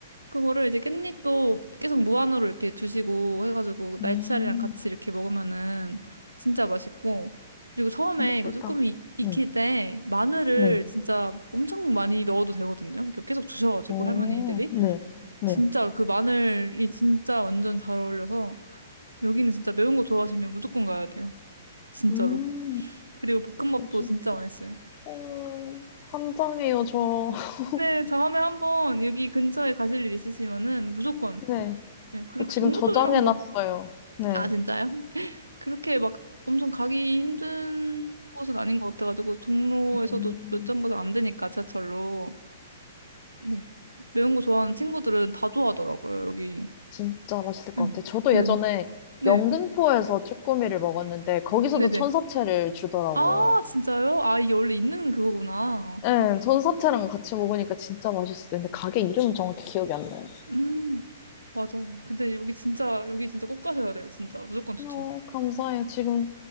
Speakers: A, on the right; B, on the left.
A: 그거를 이제 깻잎도 계속 무한으로 이렇게 주시고 해가지고 날치알이랑
B: 음,
A: 같이 이렇게 먹으면은 진짜 맛있고 그리고 처음에
B: 전국이다.
A: 이거 쭈꾸미 익힐
B: 네.
A: 때 마늘을
B: 네.
A: 진짜 엄청 많이 넣어도 되거든요. 이렇게 계속 주셔가지고
B: 오,
A: 할머니들이
B: 네. 네.
A: 진짜 그 마늘이 진짜 완전 잘 어울려서 여기는 진짜 매운 거 좋아하시면 무조건 가야 돼요. 진짜로.
B: 음,
A: 그리고 볶음밥도
B: 뭐지?
A: 진짜 맛있어요.
B: 음, 환장해요, 저. <laughs>
A: 네, 다음에 한번 여기 근처에 가실 일 있으시면은 무조건.
B: 네.
A: 네, 그리고
B: 저 지금
A: 종로
B: 저장해놨어요.
A: 쪽이랑도.
B: 네.
A: 아, 진짜요? 그렇게 막 엄청 가기 힘든 곳은 아닌 것 같아가지고 종로에서도
B: 음.
A: 몇 정거장 안 되니까 지하철로 네 매운 거 좋아하는 친구들은 다 좋아하더라고요 여기
B: 진짜 맛있을
A: 네
B: 것 같아요. 저도
A: 네네
B: 예전에
A: 네
B: 영등포에서 쭈꾸미를 먹었는데, 거기서도
A: 네네
B: 천사채를 주더라고요.
A: 아 진짜요? 아 이게 원래 있는 그거구나
B: 네, 천사채랑
A: 음
B: 같이 먹으니까 진짜 맛있어요. 근데 가게 이름은 정확히 기억이 안 나요.
A: 음, 맞아요 근데 여기 진짜 여기 진짜 꼭 가셔야 돼요 진짜 무조건 추천
B: 어, 감사해요. 지금